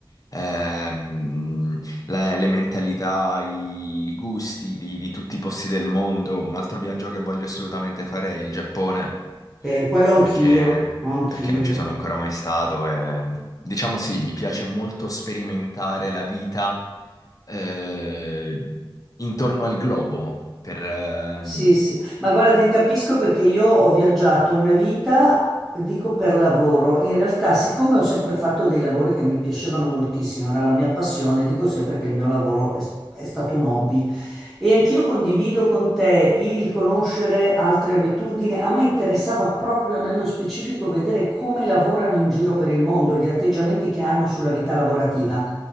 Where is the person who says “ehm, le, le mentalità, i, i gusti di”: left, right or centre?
Left